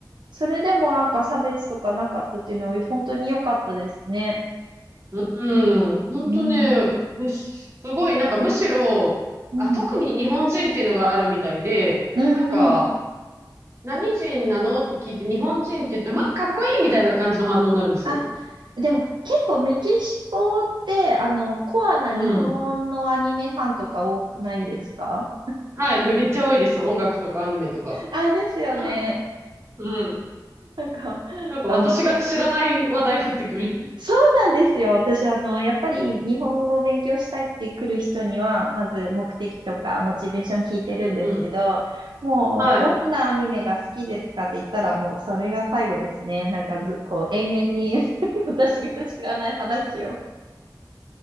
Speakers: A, on the right; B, on the right.
A: それでもなんか差別とかなかったっていうのは本当に良かったですね。
B: うん、本当ね、
A: うん。
B: むしすごい、なんかむしろ、
A: うん。
B: あ、特に日本人っていうのがあるみたいで、
A: うんうん。
B: なんか、何人なのって聞いて、日本人って言ったら、うわ、かっこいいみたいな感じの反応になるんですよ。
A: あ、でも結構メキシコって、あの、コアな日本のアニメファンとか多くないですか
B: うん。はい、めっちゃ多いです。音楽とかアニメとか。
A: あ、ですよね。
B: うんうん。
A: なんか、
B: なんか私が知らない話題降ってくる。
A: あの、そうなんですよ。私、あの、やっぱり日本語を勉強したいって来る人には、まず目的とかモチベーション聞いてるんですけど、
B: うん。うんうん。
A: もう、
B: はい。
A: どんなアニメが好きですかって言ったら、もうそれが最後ですね。なんかず、こう、延々に <laughs> 私が知らない話を。